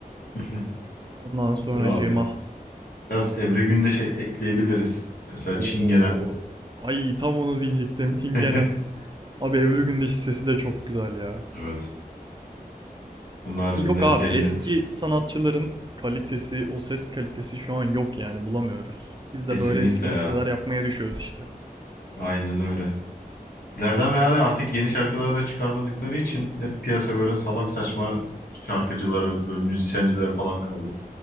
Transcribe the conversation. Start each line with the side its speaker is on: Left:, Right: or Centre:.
Left: <laughs>
Right: Ondan sonracığıma.
Left: Dur abi. Biraz Ebru Gündeş'e ekleyebiliriz. Mesela
Right: Oo,
Left: Çingenem.
Right: ay tam onu diyecektim Çingenem.
Left: <laughs>
Right: Abi Ebru Gündeş'in sesi de çok güzel ya.
Left: Evet. Bunun haricinde
Right: Yok abi
Left: Cennet.
Right: eski sanatçıların kalitesi, o ses kalitesi şu an yok yani bulamıyoruz. Biz
Left: Kesinlikle
Right: de böyle eski
Left: ya.
Right: listeler yapmaya düşüyoruz işte.
Left: Aynen öyle. İleriden veya de artık yeni şarkıları da çıkarmadıkları için hep piyasa böyle salak saçma şarkıcıları, böyle müzisyencileri falan kaldı.